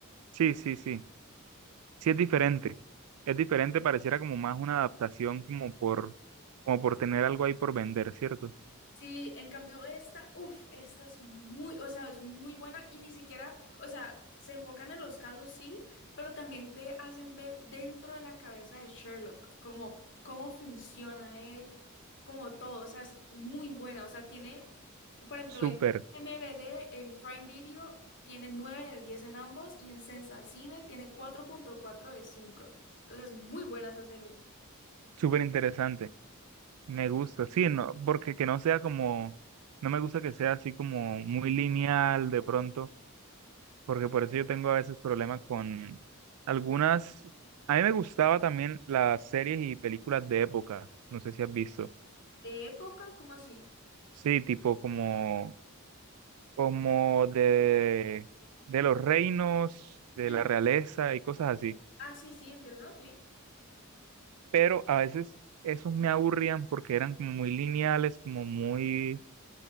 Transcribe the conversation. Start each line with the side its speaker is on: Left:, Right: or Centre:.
Right: Sí, sí, sí. Sí es diferente, es diferente, pareciera como más una adaptación como por, como por tener algo ahí por vender, ¿cierto?
Left: Sí, en cambio esta, uff, esta es muy, o sea, es muy buena y ni siquiera, o sea, se enfocan en los casos, sí, pero también te hacen ver dentro de la cabeza de Sherlock, como cómo funciona él, como todo, o sea, es muy buena, o sea, tiene, por ejemplo,
Right: Súper,
Left: en MVD, en Prime Video, tiene 9 de 10 en ambos y en Sensacine tiene cuatro punto cuatro de 5, o sea, es muy buena esa serie.
Right: súper interesante, me gusta, sí, no, porque que no sea como, no me gusta que sea así como muy lineal de pronto, porque por eso yo tengo a veces problemas con algunas, a mí me gustaba también las series y películas de época, no sé si has visto,
Left: ¿De época? ¿Cómo así?
Right: sí, tipo como como de, de los reinos, de
Left: Mm.
Right: la realeza y cosas así.
Left: Ah, sí, sí, entiendo, sí.
Right: Pero a veces esos me aburrían porque eran como muy lineales, como muy,